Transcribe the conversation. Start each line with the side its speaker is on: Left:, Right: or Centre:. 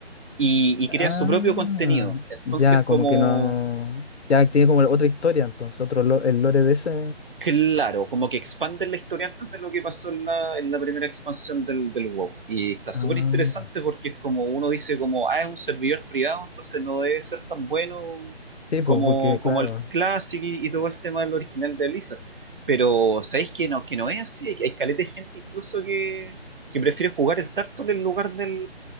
Right: y, y
Left: Ah,
Right: crea su propio contenido. Entonces,
Left: ya,
Right: como,
Left: como que no... Ya tiene como otra historia, entonces, otro lo- el lore de ese...
Right: claro, como que expanden la historia antes de lo que pasó en la, en la primera expansión del, del WoW. Y está súper
Left: Ah,
Right: interesante porque es como uno dice como, ah, es un servidor privado, entonces no debe ser tan bueno
Left: sí,
Right: como,
Left: pues, porque
Right: como
Left: claro,
Right: el Classic y, y todo el tema del original de Blizzard. Pero, ¿sabéis que no, que no es así? Hay, hay caleta de gente incluso que, que prefiere jugar el Tartle en lugar del,